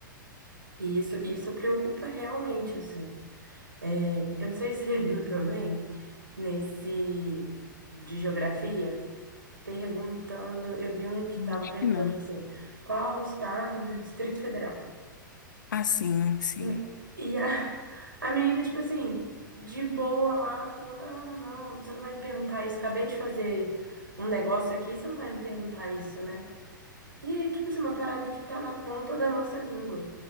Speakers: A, on the right; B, on the left.
A: E isso, isso preocupa realmente, assim. É, eu não sei se você <laughs> viu também, nesse de geografia, perguntando, eu vi um que estava
B: acho
A: perguntando,
B: que não.
A: tipo assim, qual o estado do Distrito Federal?
B: Ah, sim, sim.
A: Me- E a, <laughs> a menina, tipo assim, de boa lá, falou: Não, não, você não vai me perguntar isso. Acabei de fazer um negócio aqui, você não vai me perguntar isso, né? E é, tipo assim, uma parada que tá na ponta da nossa língua.